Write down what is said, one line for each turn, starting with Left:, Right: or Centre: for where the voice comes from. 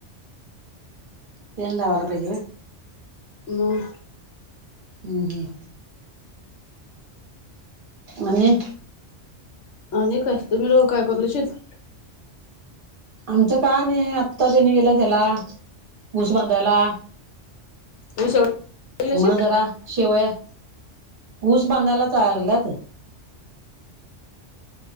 Right: तेल लावायला पाहिजे होय.
Left: मग
Right: हम हम आणि
Left: आणि काय तुम्ही लोक काय करू शित?
Right: आमच काय नाही आत्ताच नेल त्याला ऊस बांधायला‌.
Left: ऊस एवढा केला शेत
Right: म जरा शेवया ऊस बांधायला चाळायला गेला ते